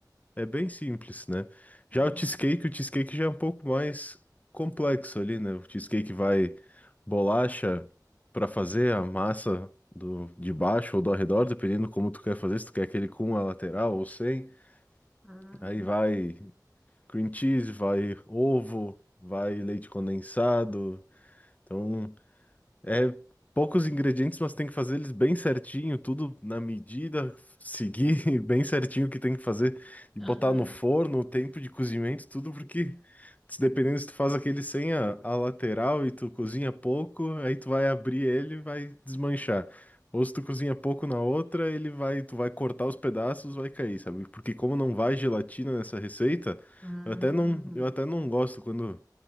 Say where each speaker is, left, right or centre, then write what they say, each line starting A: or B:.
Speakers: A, on the left (about 20°); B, in the centre.
A: É bem simples, né? Já
B: aham,
A: o cheesecake, o cheesecake já é um pouco mais complexo ali, né? O cheesecake vai bolacha para fazer a massa do de baixo ou do arredor, dependendo como tu quer fazer, se tu quer aquele com a lateral ou sem.
B: uhum,
A: Aí vai cream cheese, vai ovo, vai leite condensado. Então é poucos ingredientes, mas tem que fazer eles bem certinho, tudo na medida, seguir <laughs> bem certinho o que tem que fazer e
B: aham,
A: botar no forno, o tempo de cozimento, tudo porque se dependendo se tu faz aquele sem a, a lateral e tu cozinha pouco, aí tu vai abrir ele e vai desmanchar. Ou se tu cozinha pouco na outra, ele vai, tu vai cortar os pedaços, vai cair, sabe? Porque como não vai gelatina nessa receita,
B: uhum.
A: eu até não, eu até não gosto quando